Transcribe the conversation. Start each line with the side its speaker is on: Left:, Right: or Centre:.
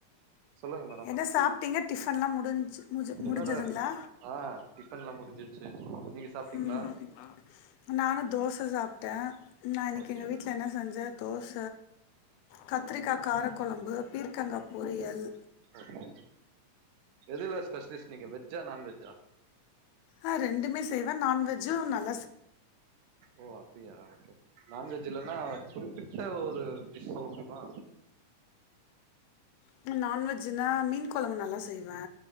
Right: சொல்லுங்க மேடம்
Left: என்ன சாப்டீங்க டிஃபன்லா முடிஞ்சு முடி முடிஞ்சதுங்களா
Right: என்னோட ஆ டிஃபன்லா முடிஞ்சிருச்சு நீங்க சாப்ட்டீங்களா
Left: ம் நானு தோச சாப்டே நா இன்னைக்கு
Right: ஓகே
Left: எங்க வீட்டுல என்ன செஞ்சே தோச கத்திரிக்கா காரக்கொழம்பு பீர்க்கங்கா பொரியல்
Right: ஒக்கே எதுல ஸ்பெஷலிஸ்ட் நீங்க வெஜ்ஜா நான் வெஜ்ஜா
Left: ஆ ரெண்டுமே செய்வே நான்வெஜ்ஜு நல்
Right: ஓ அப்டியா ஒகே நான் வெஜ் இல்லனா குறிப்பிட்ட ஒரு டிஷ் சொல்ல முடியுமா
Left: இன்னும் நான்வெஜ் ஜின்னா மீன் கொழம்பு நல்லா செய்வே